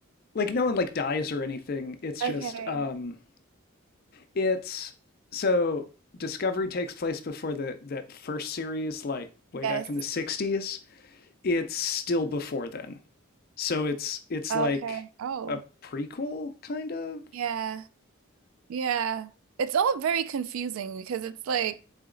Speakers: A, on the left; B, on the right.
A: like no one like dies or anything. It's
B: Okay.
A: just um, it's so Discovery takes place before the that first series, like way
B: Yes.
A: back in the '60s it's still before then. So it's it's
B: Okay.
A: like
B: Oh.
A: a prequel kind of.
B: Yeah, yeah. It's all very confusing because it's like